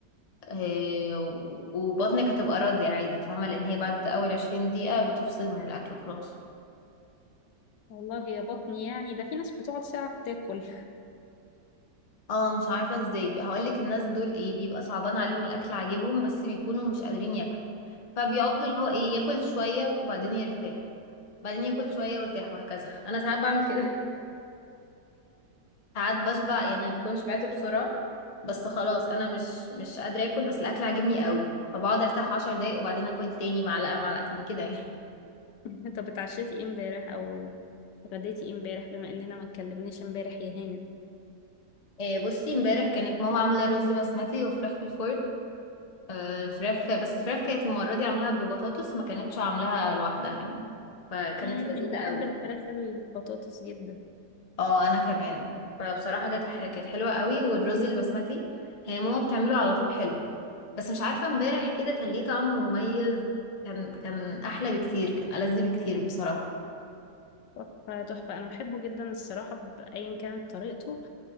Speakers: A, on the left; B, on the left.
A: آه، و- وبطنك هتبقى راضية عادي فاهمة لان هي بعد اول 20 دقيقة بتفصل من الاكل خلاص
B: والله يا بطني يعني ده في ناس بتقعد ساعة بتاكل
A: اه مش عارفة ازاي هقولك الناس دول ايه بيبقى صعبان عليهم الأكل عاجبهم بس بيكونوا مش قادرين ياكلوا فبيقعدوا اللي هو ايه ياكل شوية وبعدين يرتاح بعدين ياكل شوية ويرتاح وهكذا <laughs> أنا ساعات بعمل كده <laughs> ساعات بشبع يعني ما بكونش بعت بسرعة بس خلاص أنا مش مش قادرة آكل بس الأكل عاجبني قوي فبقعد أرتاح عشر دقايق وبعدين آكل تاني معلقة معلقتين كده يعني
B: <laughs> طب اتعشيتي ايه امبارح او اتغديتي ايه امبارح بما اننا ما اتكلمناش امبارح يا هاني
A: إيه بصي امبارح كانت ماما عاملة رز بسمتي وفراخ في الفرن آه، الفراخ بس الفراخ كانت المرة دي عاملاها ببطاطس ما كانتش عاملاها لوحدها يعني فكانت
B: امم
A: لذيذة
B: انا بحب
A: قوي
B: الفراخ البطاطس جدا
A: اه انا كمان فبصراحة كانت ح- كانت حلوة قوي والرز البسمتي هي ماما بتعمله على طول حلو بس مش عارفة امبارح كده كان ليه طعم مميز كان كان احلى بكتير كان ألذ بكتير بصراحة
B: تحفه تحفه انا بحبه جدا الصراحه بايا كانت طريقته